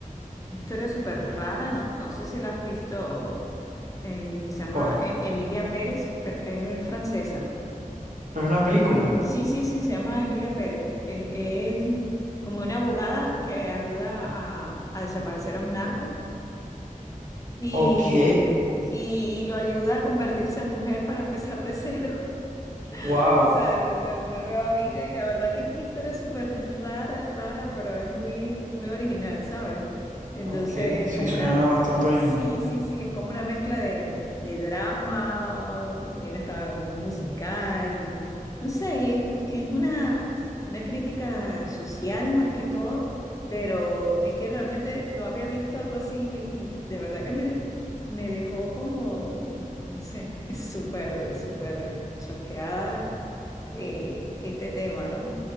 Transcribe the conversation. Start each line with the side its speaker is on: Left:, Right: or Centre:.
Left: una historia súper rara, no, no sé si la has visto, eh, que se llama
Right: ¿cuál?
Left: eh, Emilia Pérez, pero es francesa.
Right: Pero es una película.
Left: Sí, sí, sí, se llama Emilia Pérez. Es, es como una abogada que ayuda a, a desaparecer a un narco y,
Right: Ok.
Left: y lo ayuda a convertirse en mujer para empezar de cero.
Right: Wow.
Left: <laughs> O sea, de una, una nueva vida y la verdad que es una historia súper rara, rara, pero es muy, muy original, ¿sabes? Entonces
Right: Ok. Sí,
Left: es como
Right: suena
Left: una,
Right: bastante original.
Left: sí, sí, sí, es como una mezcla de, de drama, tiene hasta como un musical y no sé, y es, es una, una crítica social más que todo, pero es que realmente no había visto algo así y me- y de verdad que me, me dejó como, no sé, <laughs> súper, súper choqueada eh, este tema, ¿no?